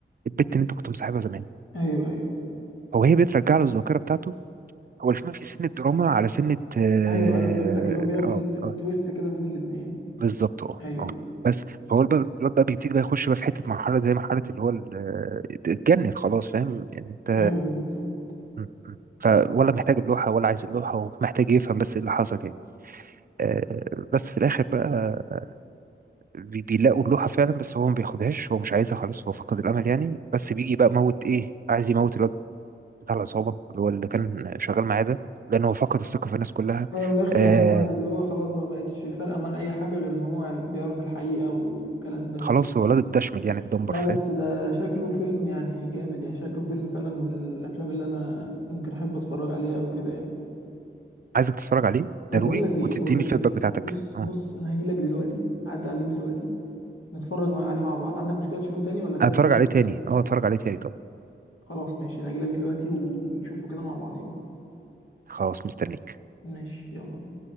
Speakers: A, on the right; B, on the left.
A: البت اللي انت كنت مصاحبها زمان
B: ايوه ايوه
A: هو هي بترجع له الذاكره بتاعته هو الفيلم في سن الدراما على سنة اه
B: ايوه ايوه فهمتك اللي هو بيعمل
A: اه آه،
B: تويست كده بين الاتنين
A: بالظبط اه
B: ايوه
A: اه
B: ايوه
A: بس فهو الب- الواد بقى بيبتدي بقى يخش بقى في حتة مرحلة زي مرحلة اللي هو ال- آه، اتجنن خلاص فاهم يعني انت
B: ايوه ايوه بالظبط
A: م- م. فولا محتاج اللوحة ولا عايز اللوحة ومحتاج يفهم بس ايه اللي حصل يعني آه، آه، بس في الآخر بقى بي- بيلاقوا اللوحة فعلا بس هو ما بياخدهاش هو مش عايزها خلاص هو فقد الأمل يعني بس بيجي بقى موت ايه عايز يموت الواد بتاع العصابة اللي هو اللي كان شغال معاه ده لأن هو فقد الثقة في الناس كلها
B: ايوه من الاخر
A: آه،
B: يعني هو اللي هو خلاص بقى ما بقتش فارقه مع اي حاجه غير ان هو بيعرف الحقيقه والكلام ده
A: خلاص هو ولاد الدشمل يعني الدمبر
B: لا
A: فاهم
B: بس ده شكله فيلم يعني جامد يعني شكله فيلم فعلا من الافلام اللي انا ممكن احب اتفرج عليها او كده يعني
A: عايزك تتفرج عليه
B: طب
A: ضروري
B: بقول لك ايه
A: وتديني
B: بقول لك
A: الفيدباك
B: ايه
A: بتاعتك
B: بص
A: اه
B: بص انا هجي لك دلوقتي اعدي عليك دلوقتي نتفرج مع- عليه مع بعض عندك مشكلة تشوفه تاني ولا تبقى
A: هتفرج
B: زي ما
A: عليه تاني
B: كنت؟
A: اه هتفرج عليه تاني طب
B: خلاص ماشي انا هجي لك دلوقتي ونشوفه كده مع بعضين
A: خلاص مستنيك
B: ماشي يلا بينا